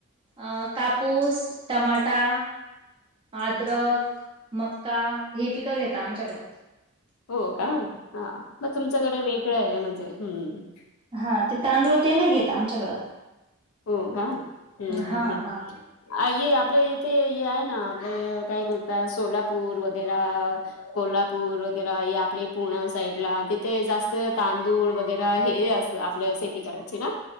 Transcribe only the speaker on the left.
हो का? हा, मग तुमच्याकडे वेगळं आहे म्हणजे हम्..
हो का? हम्म हम्म
हम्म.
ये आपले इथे आहे ना आपले काय बोलता सोलापूर वगैरा कोल्हापूर व - वैगरा या आपले पुणा साईडला तिथे जास्त तांदूळ वगैरे हे अस आपल्या ठी करायची ना?